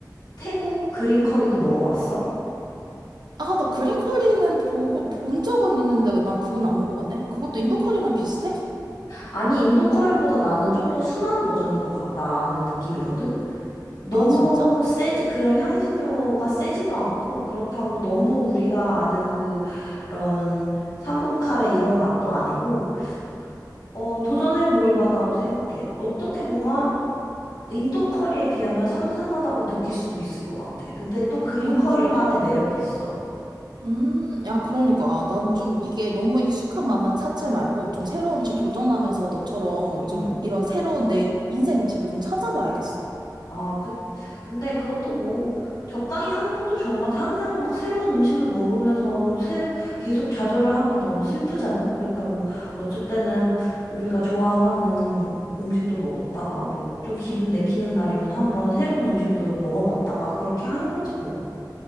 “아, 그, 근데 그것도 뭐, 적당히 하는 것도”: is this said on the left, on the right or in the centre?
Left